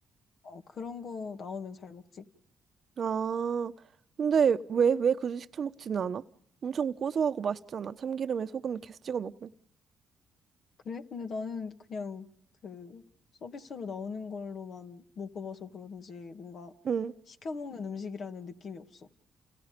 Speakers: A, on the left (about 60°); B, on the right (about 50°).
A: 어, 그런 거 나오면 잘 먹지.
B: 아, 근데 왜, 왜 굳이 시켜 먹지는 않아? 엄청 고소하고 맛있잖아. 참기름에 소금 계속 찍어 먹으면.
A: 그래? 근데 나는 그냥 그 서비스로 나오는 걸로만 먹어봐서 그런지 뭔가
B: 응.
A: 시켜 먹는 음식이라는 느낌이 없어.